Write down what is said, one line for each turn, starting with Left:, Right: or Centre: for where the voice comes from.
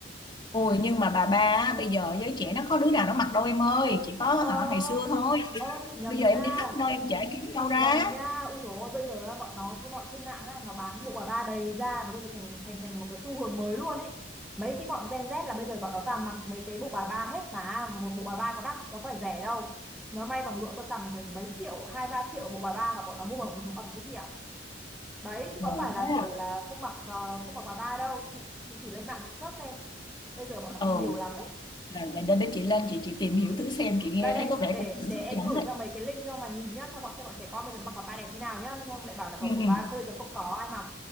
Left: ôi nhưng mà bà ba á, bây giờ giới trẻ nó có đứa nào nó mặc đâu em ơi chỉ có
Centre: ờ
Left: hả ngày xưa thôi
Centre: ơ chị nhầm
Left: bây giờ
Centre: nha
Left: em đi khắp nơi em chả kiếm
Centre: chị
Left: đâu ra
Centre: nhầm nha ui dồi ôi bây giờ là bọn nó cái bọn trên mạng á nó bán hiệu quả ba đầy ra mà bây giờ thành thành thành một cái xu hướng mới luôn ấy mấy cái bọn Gen Z là bây giờ bọn nó toàn mặc mấy cái bộ bà ba hết mà một bộ bà ba có đắt nó có phải rẻ đâu nó may bằng lụa tơ tằm phải mấy triệu hai ba triệu bộ bà ba mà bọn nó mua ẩm ẩm cái gì ạ đấy chứ
Left: ừ,
Centre: có phải là
Left: thế
Centre: kiểu
Left: à
Centre: là không mặc ờ, không mặc bà ba đâu chị chị thử lên mạng chị search xem bây giờ bọn nó
Left: ừ
Centre: mặc nhiều lắm đấy
Left: Rồi, để đến đấy chị lên chị chị tìm hiểu thử xem chị nghe
Centre: đây đây
Left: thấy có vẻ
Centre: để
Left: cũng hấp
Centre: để em
Left: dẫn
Centre: gửi
Left: đấy
Centre: cho mấy cái link cho mà nhìn nhá cho bọn xem bọn trẻ con bây giờ nó mặc vào ba đẹp như nào nhá không lại bảo là
Left: ừ,
Centre: của, của
Left: ừ.
Centre: ba cô giờ không có ai mặc